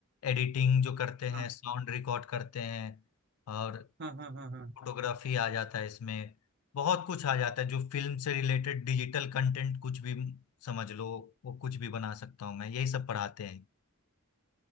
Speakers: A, on the left; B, on the right.
A: एडिटिंग जो करते
B: हाँ
A: हैं साउंड रिकॉर्ड करते हैं और
B: हाँ हाँ हाँ हाँ
A: फोटोग्राफी आ जाता है इसमें बहुत कुछ आ जाता है जो फिल्म से रिलेटेड डिजिटल कंटेंट कुछ भी समझ लो वो कुछ भी बना सकता हूँ मैं यही सब पढ़ाते हैं